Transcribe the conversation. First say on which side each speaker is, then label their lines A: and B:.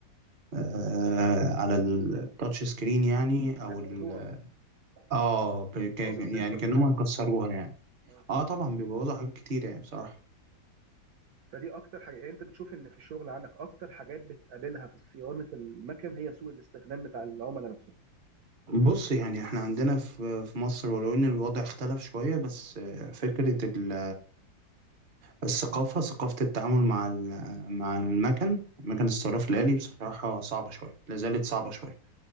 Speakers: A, on the right (about 40°); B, on the right (about 65°).
A: أه على التاتش سكرين يعني او
B: الموضوع
A: ال اه ب- ك-
B: باظ السنسور
A: يعني كأنهم
B: بتاعه
A: هيكسروها يعني
B: آه.
A: اه طبعا بيبوظوا حاجات كتير يعني بصراحة
B: فدي اكتر حاجه يعني انت بتشوف ان في الشغل عندك اكتر حاجات بتقابلها في صيانه المكن هي سوء الاستخدام بتاع العملاء نفسهم
A: بص يعني احنا عندنا في في مصر ولو ان الوضع اختلف شوية بس آه، فكرة ال الثقافة ثقافة التعامل مع ال- مع المكن مكن الصراف الآلي بصراحة صعبة شوية لا زالت صعبة شوية